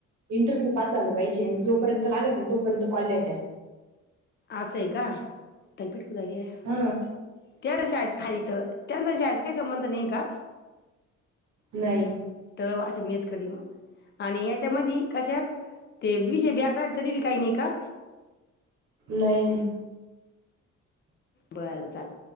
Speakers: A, on the right (about 65°); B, on the left (about 35°).
A: इंटरव्ह्यू पास झाल पाहिजे जोपर्यंत लागतन तोपर्यंत कॉल देते.
B: आस हे का ताई पिट <unintelligible> तळ
A: हा
B: त्याचा जास्त काही संबंध नाही हे का
A: नाही.
B: तळ <unintelligible> आणि याच्यामधी कशात ते विषय बॉक राहिलत ती बी काही नाही का
A: नाही
B: बर चाल